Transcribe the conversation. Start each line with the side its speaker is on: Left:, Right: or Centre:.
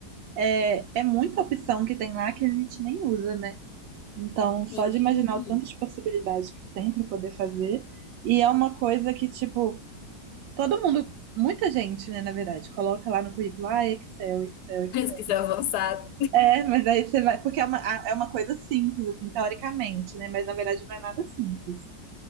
Right: é, é muita opção que tem lá que a gente nem usa, né? Então,
Left: Sim.
Right: só de imaginar o tantas possibilidades que tem para poder fazer, e é uma coisa que, tipo, todo mundo, muita gente, né, na verdade, coloca lá no currículo, ah, Excel, Excel,
Left: <laughs>
Right: Excel.
Left: Mas que isso é avançado.
Right: É, mas aí você vai, porque é uma, a- é uma coisa simples, assim, teoricamente, né, mas na verdade não é nada simples.